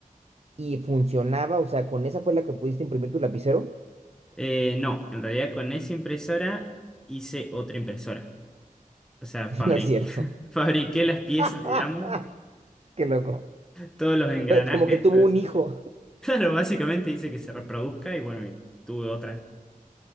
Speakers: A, on the right (about 50°); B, in the centre.
A: y funcionaba, o sea, con esa fue la que pudiste imprimir tu lapicero.
B: Eh, no, en realidad con esa impresora hice otra impresora. O sea, fabriqué,
A: <laughs> No es cierto.
B: <laughs> fabriqué las piezas,
A: <laughs>
B: digamos,
A: Qué loco.
B: todos los engranajes,
A: Pe- Como que tuvo
B: todo eso.
A: un hijo.
B: Claro, básicamente dice que se reproduzca y bueno, y tuve otra.